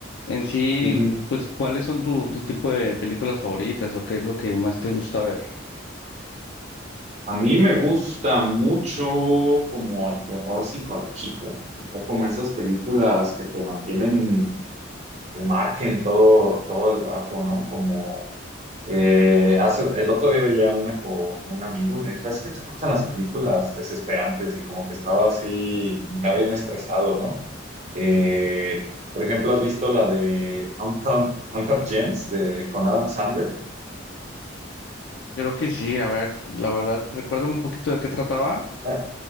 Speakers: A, on the left (about 65°); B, on the right (about 35°).
A: En sí,
B: Ujú.
A: pues, ¿cuáles son tu, tu tipo de películas favoritas o qué es lo que más te gusta ver?
B: A mí me gusta mucho como el terror psicológico, o sea, como esas películas que te mantienen al margen todo, todo el rato, ¿no? Como Eh, hace, el otro día veía una con un amigo y me dijo, es que te gustan las películas desesperantes y como que estaba así, ya bien estresado, ¿no? Eh, por ejemplo, ¿has visto la de Uncut, Uncut Gems de, con Adam Sandler?
A: Creo que sí, a ver, la verdad, recuérdame un poquito de qué trataba.
B: Ah,